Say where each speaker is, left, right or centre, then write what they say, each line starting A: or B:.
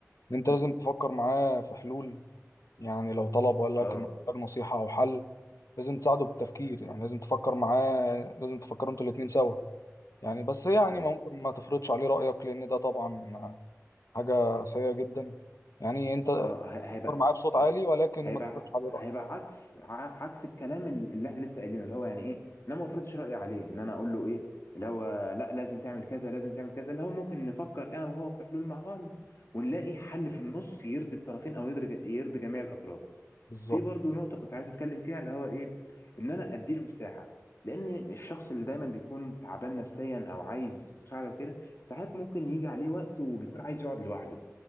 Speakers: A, on the left; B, on the left.
A: انت لازم
B: مم.
A: تفكر معاه في حلول يعني لو طلب وقال لك
B: اه
A: انه محتاج نصيحة او حل لازم تساعده بالتفكير
B: مم.
A: يعني لازم تفكر معاه لازم تفكروا انتوا الاتنين سوا يعني بس يعني
B: ايوه
A: ما ممكن ما تفرضش عليه رأيك لان ده طبعا حاجة سيئة جدا يعني انت
B: اه ه-
A: فكر
B: هيبقى
A: معاه بصوت
B: مم.
A: عالي ولكن
B: هيبقى
A: ما تفرضش عليه رأيك
B: هيبقى عكس ع- عكس الكلام ال- اللي احنا لسه قايلينه اللي هو يعني ايه ان انا ما افرضش رايي عليه ان انا اقول له ايه اللي هو لا لازم تعمل كذا لازم تعمل كذا اللي هو ممكن نفكر انا وهو في حلول مع بعض ونلاقي حل في النص يرضي الطرفين او يرضي يرضي جميع الاطراف
A: بالظبط
B: في برضو نقطه كنت عايز اتكلم فيها اللي هو ايه ان انا ادي له مساحه لان الشخص اللي دايما بيكون تعبان نفسيا او عايز مساعده وكده ساعات ممكن يجي عليه وقت وبيكون عايز يقعد لوحده